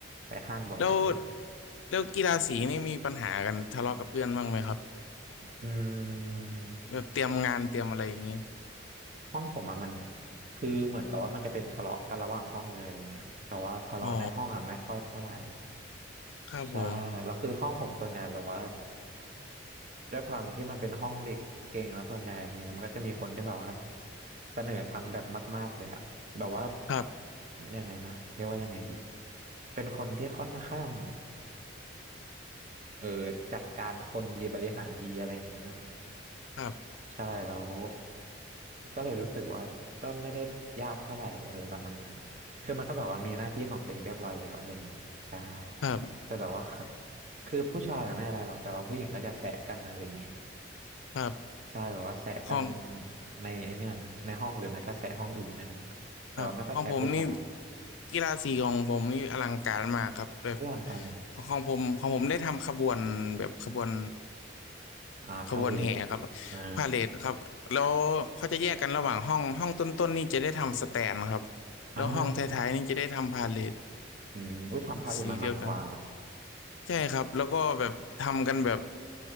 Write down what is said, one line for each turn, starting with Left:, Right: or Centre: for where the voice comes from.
Right: ไปห้างบ่อยอะไรอย่างเงี้ย
Left: แล้วแล้วกีฬาสีนี่มีปัญหากันทะเลาะกับเพื่อนบ้างไหมครับ
Right: อืม
Left: แบบเตรียมงานเตรียมอะไรอย่างเงี้ย
Right: ห้องผมอะมันคือเหมือนกับว่ามันจะเป็นทะเลาะกันระหว่างห้องเลยอะไรเงี้ยแต่ว่าทะเลาะในห้องอะไม่ค่อยเท่าไหร่
Left: อ๋อครับผม
Right: ใช่แล้วคือห้องผมส่วนใหญ่แบบว่า ด้วยความที่มันเป็นห้องเด็กเก่งแล้วส่วนใหญ่เนี่ยมันก็จะมีคนที่แบบว่าเสนอทำแบบมากๆเลยอะแบบว่า
Left: ครับ
Right: ยังไงนะเรียกว่ายังไงดีเป็นคนที่ค่อนข้างเออจัดการคนดีบริหารดีอะไรอย่างเงี้ย
Left: ครับ
Right: ใช่แล้วก็เลยรู้สึกว่าก็ไม่ได้ยากเท่าไหร่อะไรประมาณนั้นคือมันก็แบบว่ามีหน้าที่ของตัวเองเรียบร้อยแล้วอะไรอย่างงี้ใช่
Left: ครับ
Right: แต่แบบว่าคะคือผู้ชายอะไม่อะไรหรอกแต่ว่าผู้หญิงก็จะแสะกันอะไรอย่างงี้
Left: ครับ
Right: ใช่แบบว่าแซะกัน
Left: ของ
Right: ในไอเนี่ยนะในห้องหรือไม่ก็แซะห้องอื่นอะไรเงี้ยแต่ว่าไม่ค่อยแซะผู้ชายหรอก
Left: ครับของผมนี่กีฬาสีของผมนี่อลังการมากครับแบบ
Right: อุ้ยอลังการจัง
Left: ของผมของผมได้ทำขบวนแบบขบวน
Right: อ่าพาเลท
Left: ขบวนแห่ครับ
Right: อ่า
Left: พาเหรดครับแล้วเขาจะแยกกันระหว่างห้องห้องต้นๆนี่จะได้ทำสแตนครับ
Right: อ่า
Left: แล้วห้องท้ายๆนี่จะได้ทำพาเหรด
Right: อืมอุ้ยทำพาเลทมันมันกว่าเนาะ
Left: สีเดียวกันใช่ครับแล้วก็แบบทำกันแบบ